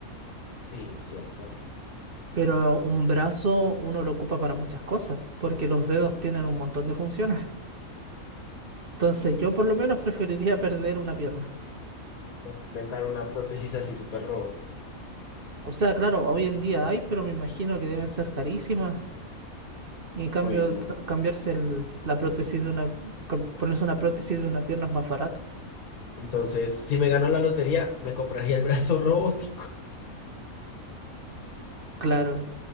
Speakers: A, on the left (about 75°); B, on the right (about 45°).
A: Sí, es cierto.
B: Pero un brazo uno lo ocupa para muchas cosas, porque los dedos tienen un montón de funciones. <laughs> Entonces yo por lo menos preferiría <laughs> perder una pierna.
A: Inventar una prótesis así súper robot.
B: O sea, claro, hoy en día hay, pero me imagino que deben ser carísimas. Y en cambio,
A: Bueno,
B: tra- cambiarse el- la prótesis de una, cam- ponerse una prótesis de una pierna es más barato.
A: entonces, si me gano la lotería, me compraría el brazo <laughs> robótico.
B: Claro,